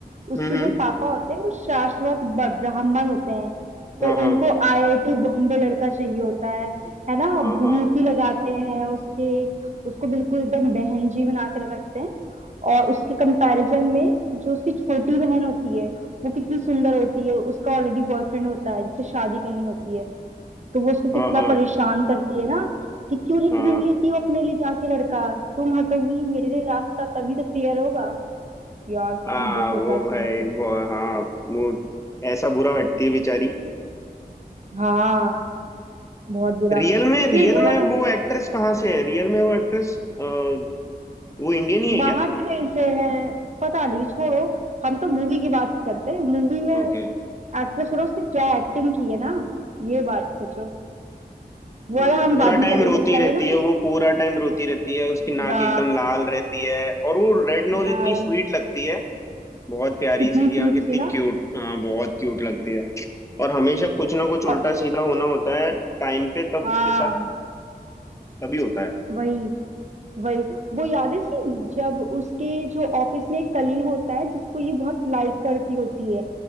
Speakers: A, on the right (about 45°); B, on the left (about 20°).
A: उसके
B: हम्म हम्म,
A: जो पापा होते हैं वो शाश्वत ब- ब्राह्मण होते हैं
B: हाँ
A: तो
B: हाँ
A: उनको आईआईटी बॉम्बे लड़का चाहिए होता है है ना
B: हाँ
A: भूत
B: हाँ
A: ही लगाते हैं उसके उसको बिल्कुल एकदम बहन जी बना के रखते हैं और उसके कंपैरिजन में जो उसकी छोटी बहन होती है वो कितनी सुंदर होती है उसका ऑलरेडी बॉयफ्रेंड होता है जिससे शादी करनी होती है तो वो उसको
B: हाँ
A: कितना
B: हाँ
A: परेशान करती है ना कि क्यों नहीं
B: हाँ
A: ढूंढ लेती हो अपने लिए जाके लड़का तुम हटोगी मेरे लिए रास्ता तभी तो क्लियर होगा यार कितना
B: आ,
A: दुख
B: वो
A: होता है
B: भाई
A: सुन के
B: बहु- हाँ वो ऐसा बुरा हटती है बेचारी
A: हाँ बहुत बुरा
B: रियल में रियल
A: फिर वो
B: में
A: वाला
B: वो एक्ट्रेस कहाँ से है रियल में वो एक्ट्रेस वो इंडियन ही है
A: बाहर
B: क्या
A: से कहीं से है पता नहीं छोड़ो हम तो मूवी की बात करते हैं मूवी में
B: ओके
A: एक्ट्रेस और उसने क्या एक्टिंग की है ना ये बात सोचो वो
B: हम्म,
A: वाला हम
B: पूरा
A: बाद में
B: टाइम
A: करेंगे
B: रोती
A: पहले
B: रहती
A: ना
B: है
A: बस
B: वो पूरा टाइम रोती रहती है उसकी
A: पूरा
B: नाक एकदम लाल रहती है और वो रेड
A: लाल
B: नोज इतनी स्वीट लगती है बहुत प्यारी
A: कितनी
B: सी कि
A: क्यूट
B: हाँ कितनी
A: सी ना
B: क्यूट हाँ बहुत क्यूट लगती है और हमेशा कुछ ना कुछ उल्टा
A: और
B: सीधा होना होता है टाइम पे तब
A: हाँ
B: उसके साथ तभी होता है
A: वही वही वो याद है सीन जब उसके जो ऑफिस में एक कलीग होता है जिसको ये बहुत लाइक करती होती है